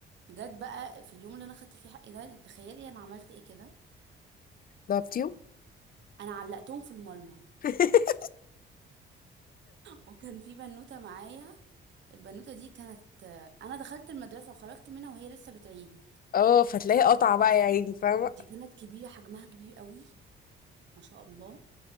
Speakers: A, on the right; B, on the left.
A: جت بقى في اليوم اللي انا خدت فيه حقي ده تخيلي انا عملت ايه كده
B: ضربتيهم
A: انا علقتهم في المرمى
B: <laughs>
A: وكان في بنوته معايا البنوته دي كانت انا دخلت المدرسه وخرجت منها وهي لسه بتعيد
B: اه فتلاقي قطع بقى يا عيني فاهمة
A: دي
B: <laughs>
A: كانت كبيره حجمها كبير قوي ما شاء الله